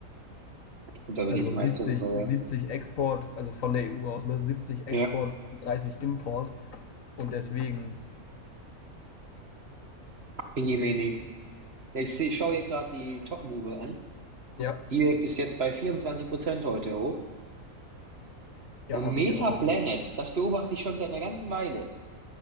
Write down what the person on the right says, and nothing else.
darüber
geht es meist
darüber.
Ja,
Ja, Jemine. Ja, ich sehe, ich schaue hier gerade die Top-Move an.
Die ist jetzt bei 24% heute hoch.
Und
Metaplanet,
das beobachte ich schon seit einer ganzen Weile.